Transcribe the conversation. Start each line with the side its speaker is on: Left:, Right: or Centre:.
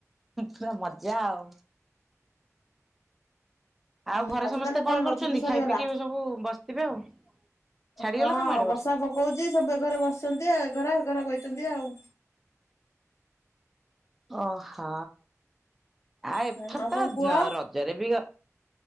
Centre: ପୁରା ମଜା ଆଉ। ଆଉ
Left: ହୁଁ
Centre: ଘରେ
Left: ଆଜି
Centre: ସମସ୍ତେ
Left: ତାହେଲେ ପଳେଇଲ
Centre: କଣ କରୁଛନ୍ତି?
Left: ଛୁଟି ସାରିଗଲା
Centre: ଖାଇ ପିଇକି ଏବେ ସବୁ ବସିଥିବେ ଆଉ। ଛାଡିଗଲା
Left: ହଁ
Centre: ତମ ଆଡେ
Left: ବର୍ଷା ପକଉଛି ସବୁ ଘରେ ବସିଛନ୍ତି ଘର ଘର ବ ଛନ୍ତି ଆଉ।
Centre: ଓହୋ। ଆଉ
Left: ହୁଁ
Centre: ଏଥର
Left: ତମ ପୁଅ?
Centre: ତ ରଜରେ ବି?